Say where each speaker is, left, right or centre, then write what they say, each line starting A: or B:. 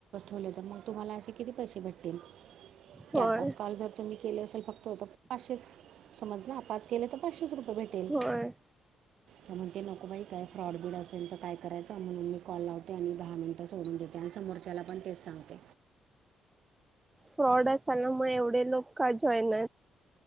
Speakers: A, on the right; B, on the right.
A: ेवले तर मग तुम्हाला असे किती पैसे भेटतील चार
B: होय
A: पाच कॉल ् केले असेल फक्त हो पाचशे समज ना पाच के तर पाचशे रुप क भेटल
B: होय
A: तर म्हणते नको बाई काय फ्रॉड बिड असेल तर काय करायचं म्हणून मी कॉल लावते आणि दहा मिनिट सोडून घेते आणि समोरच्याला पण तेच सांगते
B: फ्रॉड असायला मग एवढे लोक का जयन